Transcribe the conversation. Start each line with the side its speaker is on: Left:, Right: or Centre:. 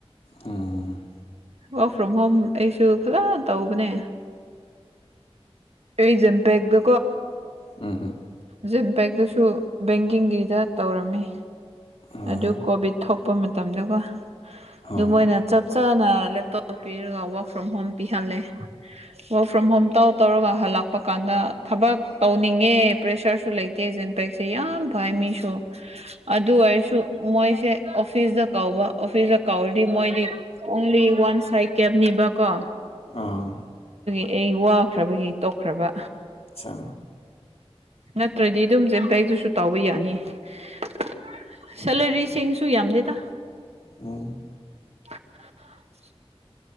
Left: ꯎꯝ
Right: ꯋꯥꯔꯛ ꯐ꯭ꯔꯣꯝ ꯍꯣꯝ ꯑꯩꯁꯨ ꯐꯖꯅ ꯇꯧꯕꯅꯦ ꯑꯦꯖꯝꯄꯦ ꯌꯦꯦꯛꯕꯣ
Left: ꯎ ꯍꯝ
Right: ꯖꯤꯝꯄꯦꯛꯇꯨꯁꯨ ꯕꯦꯡꯀꯤꯡꯒꯤꯗ ꯇꯧꯔꯝꯃꯤ
Left: ꯎꯝ ꯑ
Right: ꯑꯗꯨ ꯀꯣꯚꯤꯠ ꯊꯣꯛꯄ ꯃꯇꯝꯗꯀꯣ
Left: ꯑ
Right: ꯑꯗꯨ ꯃꯣꯏꯅ ꯆꯞ ꯆꯥꯅ ꯂꯦꯞꯇꯣꯞ ꯄꯤꯔꯒ ꯋꯔꯛ ꯐ꯭ꯔꯣꯝ ꯍꯣꯝ ꯄꯤꯍꯜꯂꯦ ꯋꯔꯛ ꯐ꯭ꯔꯣꯝ ꯍꯣꯝ ꯇꯧ ꯇꯧꯔꯒ ꯍꯜꯂꯛꯄ ꯀꯥꯟꯗ ꯊꯕꯛ ꯇꯧꯅꯤꯡꯉꯦ ꯄ꯭ꯔꯦꯁꯔꯁꯨ ꯂꯩꯇꯦꯖ ꯏꯝꯄꯦꯛꯁꯦ ꯌꯥꯝ ꯐꯩ ꯃꯤꯁꯨ ꯑꯗꯨ ꯑꯣꯏꯔꯁꯨ ꯃꯣꯏꯁꯦ ꯑꯣꯐꯤꯁꯇ ꯀꯧꯕ ꯑꯣꯐꯤꯁꯇ ꯀꯧꯔꯗꯤ ꯃꯣꯏꯗꯤ ꯑꯣꯡꯂꯤ ꯋꯥꯟ ꯁꯥꯏ ꯀꯦꯞ ꯕ ꯀꯣ
Left: ꯑꯥ
Right: ꯑꯩ ꯋꯥꯈ꯭ꯔꯕꯒꯤ ꯇꯣꯛꯈ꯭ꯔꯕ
Left: ꯑꯆꯥ
Right: ꯅꯠꯇ꯭ꯔꯗꯤ ꯑꯗꯨꯝ ꯖꯦꯟꯇꯦꯛꯛꯇꯁꯨ ꯇꯥꯎꯕ ꯌꯥꯅꯤꯂꯔꯤ ꯦꯡꯁꯨ ꯌꯥꯝꯗꯦꯗ
Left: ꯎꯝ
Right: <inaudible>